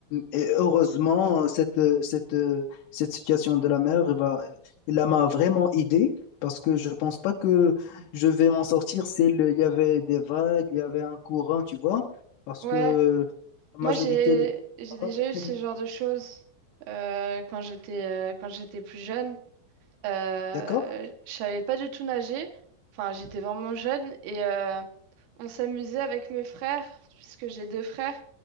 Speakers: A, on the left (about 75°); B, on the right (about 75°).
A: Et heureusement, cette, euh, cette, euh, cette situation de la mer, eh ben, elle m'a vraiment aidé. Parce que je pense pas que je vais m'en sortir. C'est le, il y avait des vagues, il y avait un courant, tu vois parce
B: Ouais,
A: que euh, la
B: Moi,
A: majorité
B: j'ai
A: des plats du
B: j'ai
A: Maroc,
B: déjà
A: c'est très
B: eu ce
A: difficile.
B: genre de choses euh, quand j'étais euh, quand j'étais plus jeune. Euh,
A: D'accord?
B: je savais pas du tout nager. Enfin, j'étais vraiment jeune et euh, on s'amusait avec mes frères, puisque j'ai deux frères,